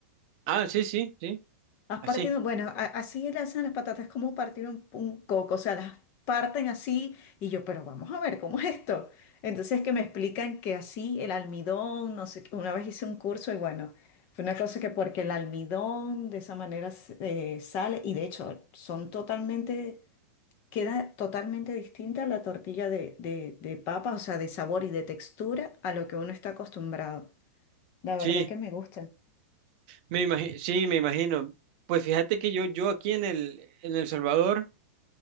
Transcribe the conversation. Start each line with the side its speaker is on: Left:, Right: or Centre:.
Right: Ah, sí, sí, sí,
Left: Has
Right: así.
Left: partido, bueno, a- así le hacen las patatas, es como partir un, un coco, o sea, las parten así y yo, pero vamos a ver, ¿cómo es esto? Entonces que me explican que así el almidón, no sé, qué, una vez hice un curso y bueno, fue una cosa que porque el almidón de esa manera s- eh, sale y de hecho son totalmente, queda totalmente distinta la tortilla de, de, de papa, o sea, de sabor y de textura a lo que uno está acostumbrado. La
Right: Sí,
Left: verdad que me gusta.
Right: me imagi- sí, me imagino. Pues fíjate que yo, yo aquí en el, en El Salvador